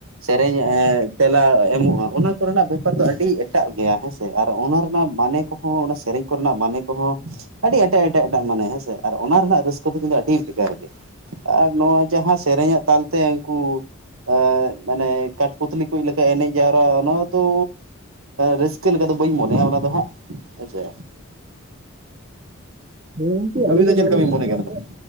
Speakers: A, on the right (about 85°); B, on the right (about 35°).
A: ᱥᱮᱨᱮᱧᱚᱜᱼᱟ ᱛᱮᱞᱟ ᱮᱢᱚᱜᱼᱟ ᱚᱱᱟ ᱠᱚᱨᱮᱱᱟᱜ ᱵᱮᱯᱟᱨ ᱫᱚ ᱟᱹᱰᱤ᱾ ᱮᱴᱟᱜ ᱜᱮᱭᱟ ᱦᱮᱸᱥᱮ ᱟᱨ ᱚᱱᱟ ᱨᱮᱱᱟᱜ ᱢᱟᱱᱮ ᱠᱚᱦᱚᱸ ᱚᱱᱟ ᱥᱮᱨᱮᱧ ᱠᱚᱨᱮᱱᱟᱜ ᱢᱟᱱᱮ ᱠᱚᱦᱚᱸ᱾ ᱟᱹᱰᱤ ᱮᱴᱮᱜ ᱮᱴᱮᱜ ᱮᱴᱟᱜ ᱢᱟᱱᱮ ᱦᱮᱸᱥᱮ ᱟᱨ ᱚᱱᱟ ᱨᱮᱱᱟᱜ ᱨᱟᱹᱥᱠᱟᱹ ᱫᱚ ᱠᱤᱱᱛᱩ ᱟᱹᱰᱤ ᱵᱷᱮᱜᱟᱨ ᱜᱮ᱾ ᱟᱨ ᱱᱚᱣᱟ ᱡᱟᱦᱟᱸ ᱥᱮᱨᱮᱧᱟᱜ ᱛᱟᱞᱛᱮ ᱩᱱᱠᱩ᱾ ᱮ ᱢᱟᱱᱮ ᱠᱟᱴ ᱯᱚᱛᱞᱤ ᱠᱚ ᱞᱮᱠᱟ ᱮᱱᱮᱡ ᱡᱟᱣᱨᱟ ᱚᱱᱟ ᱫᱚ᱾ ᱨᱟᱹᱥᱠᱟᱹ ᱞᱮᱠᱟ ᱫᱚ ᱵᱟᱹᱧ ᱢᱚᱱᱮᱭᱟ ᱚᱱᱟ ᱫᱚ ᱦᱟᱸᱜ ᱦᱮᱸᱥᱮ᱾
B: ᱦᱮᱸ ᱜᱚᱝᱠᱮ ᱟᱹᱞᱤᱧ
A: ᱟᱹᱵᱤᱱ
B: ᱫᱚ ᱱᱚᱣᱟ
A: ᱪᱮᱫ ᱞᱮᱠᱟ
B: ᱞᱤᱧ
A: ᱵᱤᱱ
B: ᱢᱮᱱᱮᱫ
A: ᱢᱚᱱᱮ ᱜᱮᱭᱟ ᱚᱱᱟ ᱫᱚ